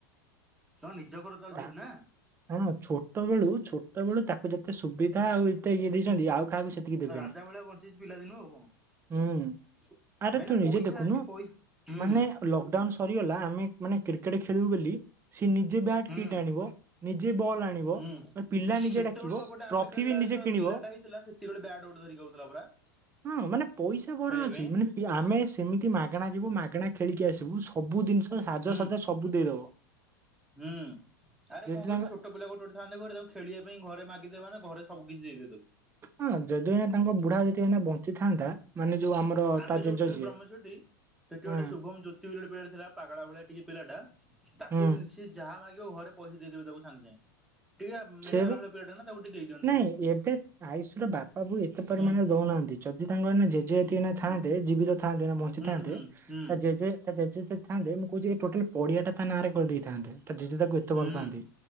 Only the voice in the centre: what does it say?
ତ ନିଜ ଘର ଚାଲ
ସେଇଠି ନା।
ରାଜା ଭଳିଆ ବଞ୍ଚେଇଛି ପିଲାଦିନ ଆଉ କଣ।
ଭାଇନା
ପଇସା
ଅଛି ପଇସା ହୁଁ
ହୁଁ
ହୁଁ।
ସେତେବେଳେ
ବା ଗୋଟେ ଆମେ
ଖେଳିଲା
ବେଳେ
ସେ
ପିଲାଟା <unintelligible>
ଖେଳିବା
ପାଇଁ
ହୁଁ।
ହୁଁ ଆରେ
କଣ
କହିଲୁ ଛୋଟ ଛୋଟ ପିଲା ଗୋଟେ ଗୋଟେ ଥାନ୍ତି ଘରେ ତାଙ୍କୁ ଖେଳିବା ପାଇଁ ଘରେ ମାଗିଦେବାାନ ଘରେ ସବୁ କିଛି ଦେଇଦବ।
ଆମେ
ଯୋଉଠିଥିଲୁ୍
ବ୍ରହ୍ମେଶ୍ୱରଠି ସେଠି ଗୋଟେ
ଶୁଭମ ଜ୍ୟୋତି ବୋଲି ପିଲା ଥିଲା ପାଗଳା ଭଳିଆ ଟିକେ ପିଲାଟା। ତାକୁ
ସେମତି ସିଏ ଯାହା ମାଗିବ ଘରେ ପଇସା ଦେଇଦେବେ ତାକୁ ସାଙ୍ଗେ ସାଙ୍ଗେ। ଟିକେ
ମେଣ୍ଟାଲ ତାକୁ ଟିକେ ଦେଇଦିଅନ୍ତି
ହୁଁ
ହୁଁ
ହୁଁ ହୁଁ ହୁଁ
ହୁଁ